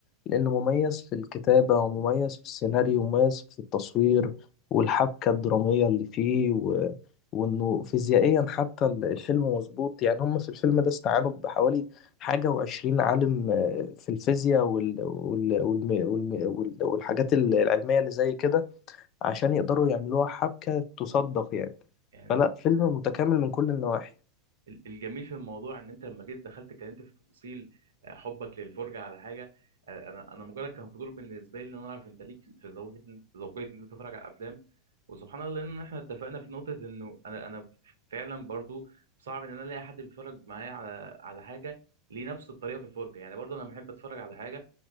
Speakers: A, on the left; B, on the right.
A: لانه مميز في الكتابه ومميز في السيناريو ومميز في التصوير والحبكه الدراميه اللي فيه و... وانه فيزيائيا حتى الفيلم مظبوط يعني هم في الفيلم ده استعانوا بحوالي حاجه وعشرين عالم آه، في الفيزياء وال... وال... والم... والم... وال... والحاجات العلميه اللي زي كده عشان يقدروا يعملوها حبكة تصدق يعني
B: يعني
A: فلا فيلم متكامل من كل النواحي
B: ال- الجميل في الموضوع ان انت لما جيت دخلت اتكلمت في تفاصيل آه، حبك للفرجه على حاجه آه، انا انا مجرد كان فضول بالنسبه لي ان انا اعرف انت ليك في ذوقيه إن- ذوقيه ان انت تتفرج على افلام وسبحان الله ان احنا اتفقنا في نقطه انه انا انا فعلا برضو صعب ان انا الاقي حد بيتفرج معايا على على حاجه ليه نفس الطريقه في الفرجه يعني برضو انا بحب اتفرج على حاجه